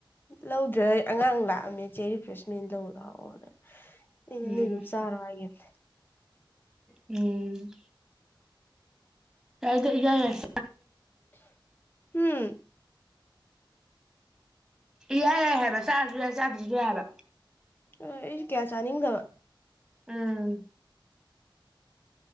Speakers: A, on the left; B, in the centre.
A: ꯂꯧꯗ꯭ꯔꯦ ꯍ ꯑꯉꯥꯡ ꯂꯥꯛꯑꯝꯃꯦꯆꯦ ꯔꯤꯐ꯭ꯔꯦꯁꯃꯦꯟ ꯂꯧ ꯂꯥꯛꯑꯣꯅꯦ ꯑꯩꯅ
B: ꯎꯝ
A: ꯅꯣꯢ ꯑꯗꯨꯝ ꯆꯔꯣ ꯍꯥꯏꯈꯔꯝꯅꯦ
B: ꯎꯝ ꯌꯥꯢꯗ ꯢꯌꯥ ꯌꯥꯢ
A: ꯎꯝ
B: ꯌꯥꯏ ꯌꯥꯏ ꯍꯥꯏꯕ ꯆꯥꯔꯁꯨ ꯌꯥꯏ ꯆꯥꯗ꯭ꯔꯁꯨ ꯌꯥꯏ ꯍꯥꯏꯕ
A: ꯑꯩꯁꯨ ꯀꯌꯥ ꯆꯥꯅꯤꯡꯗꯕ
B: ꯎꯝ